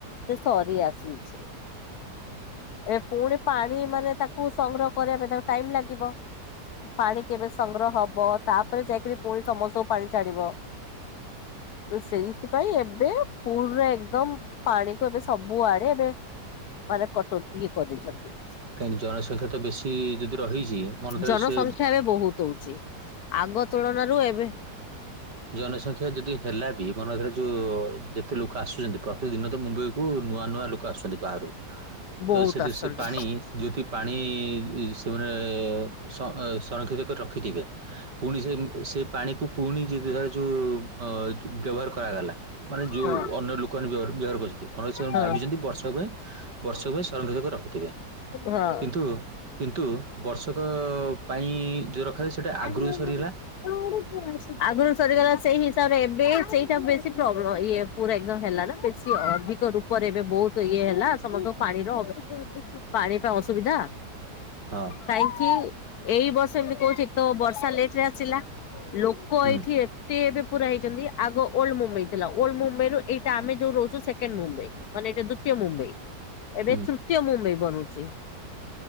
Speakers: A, on the left (about 70°); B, on the right (about 75°).
A: ସେ ସରି ଆସୁଛି। ଏ ପୁଣି ପାଣି ମାନେ ତାକୁ ସଂଗ୍ରହ କରିବା ପାଇଁ ତାକୁ ଟାଇମ ଲାଗିବ। ପାଣି କେବେ ସଂଗ୍ରହ ହବ ତାପରେ ଯାଇକିରି ପୁଣି ସମସ୍ତଙ୍କୁ ପାଣି ଛାଡିବ। ତ ସେଇଥିପାଇଁ ଏବେ ପୁରେରେ ଏକଦମ ପାଣିକୁ ଏବେ ସବୁଆଡେ ଏବେ ମାନେ କଟ ଇଏ କରିଦେଇଛନ୍ତି।
B: କାହିଁକି ଜନସଂଖ୍ୟା ତ ବେଶୀ ଯଦି ରହିଛି ମନେକର
A: ଜନସଂଖ୍ୟା
B: ସେ
A: ଏବେ ବହୁତ ହଉଛି ଆଗ ତୁଳନାରୁ ଏବେ
B: ହ। ଜନସଂଖ୍ୟା ଯଦି ହେଲା ବି ମନ ରଖୀ ଆର ଯଉ ଯେତେ ଲୁକ ଆସୁଛନ୍ତି ପ୍ରତିଦିନ ତ ମୁମ୍ବଇ କୁ ନୂଆ ନୂଆ ଲୁକ ଆସୁଛନ୍ତି ବାହାରୁ
A: ବହୁତ
B: ତ ସେଥି
A: ଆସନ୍ତି
B: ସେ ପାଣି ଯେଉଥି ପାଣି ସେମାନେ ସଂର ସଂରକ୍ଷିତ କରି ରଖିଥିବେ। ପୁଣି ସେ ସେ ପାଣିକୁ ପୁଣି ଯ ଯୋଉ ଅ ବ୍ୟବହାର କରାଗଲା। ମାନେ ଯଉ
A: ହଁ
B: ଅନ୍ୟ ଲୁକମାନେ ବ୍ୟବହା ବ୍ୟବହାର କରିସିତି ମାନେ ସେମାନେ
A: ହଁ।
B: ଭାବିଛନ୍ତି ବର୍ଷକ ପାଇଁ। ବର୍ଷକ ପାଇଁ ସଂରକ୍ଷିତ କରି ରଖିଥିବେ
A: ହଁ।
B: କିନ୍ତୁ କିନ୍ତୁ ବର୍ଷକ ପାଇଁ ଜୋଉ ରଖାଯାଏ ସେଟା
A: <inaudible>
B: ଆଗରୁ ସରିଗଲା
A: ଆଗରୁ ସରିଗଲା ସେଇ ହିସାବରେ ଏବେ ସେଇଟା ବେଶୀ ପ୍ରୋବ୍ଲେମ ଇଏ ପୁରା ଏକଦମ ହେଲା ନା ସିଏ ଅଧିକ ରୂପରେ ଏବେ ବହୁତ ଇଏ ହେଲା ସମସ୍ତଙ୍କ ପାଣିର ଅ ପାଣି ତ ଅସୁବିଧା
B: ହଁ ହଁ
A: କାହିଁକି? ଏଇ ବର୍ଷ ଏମିତି କହୁଚି ତ ବର୍ଷା ଲେଟରେ ଆସିଲା ଲୋକ
B: ହୁଁ
A: ଏଇଠି ଏତେ ଏବେ ପୁରା ହେଇଛନ୍ତି ଆଗ ଓଲ୍ଡ ମୁମ୍ବାଇ ଥିଲା ଓଲଡ ମୁମ୍ବାଇରୁ ଏଇଟା ଆମେ ଯୋଉ ରହୁଛୁ ସେକେଣ୍ଡ ମୁମ୍ବାଇ। ମାନେ ଏଟା ଦ୍ଵିତୀୟ ମୁମ୍ବାଇ। ଏବେ
B: ହୁଁ
A: ତୃତୀୟ ମୁମ୍ବାଇ ବନଉଛି